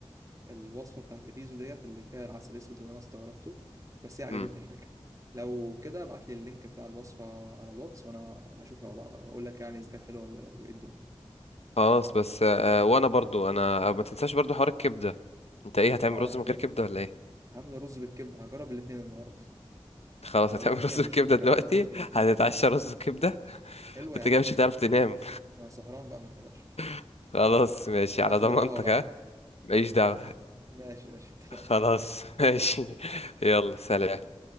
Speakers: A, on the right; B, on the left.
A: الوصفة بتاعت الريزو ديت اللي فيها العسل الأسود اللي أنا استغربته بس هي عجبتني
B: امم
A: الفكرة لو كده ابعت لي اللينك بتاع الوصفة على الواتس وأنا هشوفها وأ- وأقول لك يعني إذا كانت حلوة ولا إيه الدنيا
B: خلاص بس آه وانا برضو انا آه، ما تنساش برضو حوار الكبدة انت ايه هتعمل
A: هقدر
B: رز من غير كبدة ولا ايه
A: هعمل رز بالكبدة هجرب الاتنين النهاردة <laughs>
B: خلاص هتعمل
A: أقول لك راجع
B: <laughs> رز
A: من
B: بكبدة
A: الجيم وجعان
B: دلوقتي
A: هاخدهم الاتنين
B: هتتعشى
A: ما تقلقش
B: رز بكبدة
A: حلوة
B: انت
A: يا عم
B: كده مش هتعرف تنام
A: أنا سهران بقى ما تقلقش
B: <laughs> خلاص ماشي على
A: هاخد
B: ضمانتك
A: القهوة بعدها
B: ها ماليش دعوة
A: ماشي ماشي اتفقنا
B: خلاص <laughs> ماشي يلا سلام